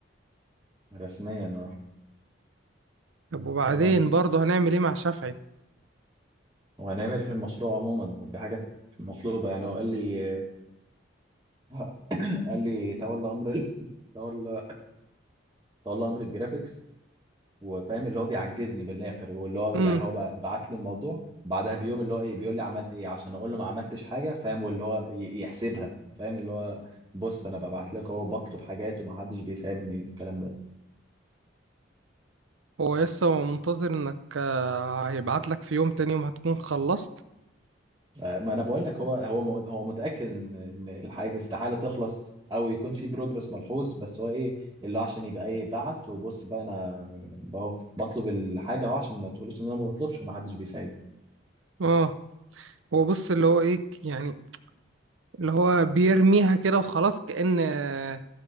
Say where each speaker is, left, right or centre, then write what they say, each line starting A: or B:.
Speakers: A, on the right (about 20°); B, on the right (about 85°).
A: رسميا اه
B: طب وبعدين
A: طب وهن-
B: برضه هنعمل ايه مع شافعي
A: وهنعمل إيه في المشروع عموما هو في حاجات مطلوبة يعني هو قال لي <coughs> قال لي تولى امر ال- تولى تولى امر الجرافيكس وفاهم اللي هو بيعجزني بالاخر واللي هو
B: مم.
A: يعني هو بقى بعت لي الموضوع بعدها بيوم اللي هو ايه بيقول لي عملت ايه عشان اقول له ما عملتش حاجه فاهم واللي هو ي- يحسبها فاهم اللي هو بص انا ببعت لك اهو بطلب حاجات ومحدش بيساعدني الكلام ده
B: هو لسه هو منتظر انك آه، هيبعت لك في يوم تاني يوم هتكون خلصت
A: آه، ما انا بقول لك هو هو م- هو متاكد ان إن الحاجه استحاله تخلص او يكون في بروجرس ملحوظ بس هو ايه اللي هو عشان يبقى ايه بعت وبص بقى انا بهو- بطلب الحاجه اهو عشان ما تقولوش ان انا ما بطلبش ومحدش بيساعدني
B: اه هو بص اللي هو ايه يعني اللي هو بيرميها كده وخلاص كأن آه،